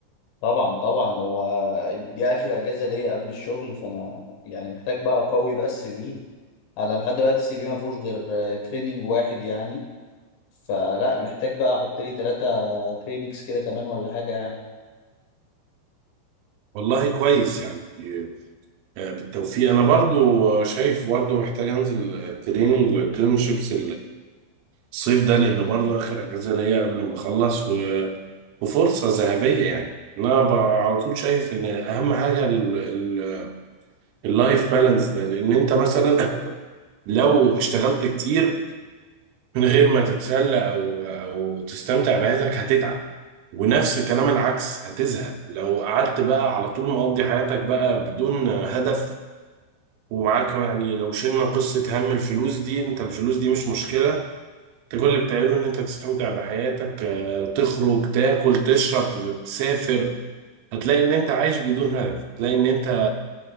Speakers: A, on the left; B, on the right.
A: طبعا طبعا هو دي اخر اجازه ليا قبل الشغل فانا يعني محتاج بقى اقوي بقى السي في انا لحد دلوقتي السي في ما فيهوش غير آه، تريننج واحد يعني فلا محتاج بقى احط لي ثلاثه تريننجز كده كمان ولا حاجه يعني
B: والله كويس يعني آه، بالتوفيق أنا برضو شايف برضو محتاج أنزل تريننج وانترنشيبس الصيف ده لان برضو اخر اجازه ليا قبل ما اخلص و... وفرصه ذهبيه يعني انا ب- على طول شايف ان اهم حاجه ال... ال... اللايف بالانس ده لان انت مثلا لو اشتغلت كتير من غير ما تتسلى او او تستمتع بحياتك هتتعب ونفس الكلام العكس هتزهق لو قعدت بقى على طول مقضي حياتك بقى بدون هدف ومعاك يعني لو شلنا قصة هم الفلوس دي انت الفلوس دي مش مشكلة انت كل اللي بتعمله ان انت تستمتع بحياتك آه، تخرج تاكل تشرب تسافر هتلاقي ان انت عايش بدون هدف هتلاقي ان انت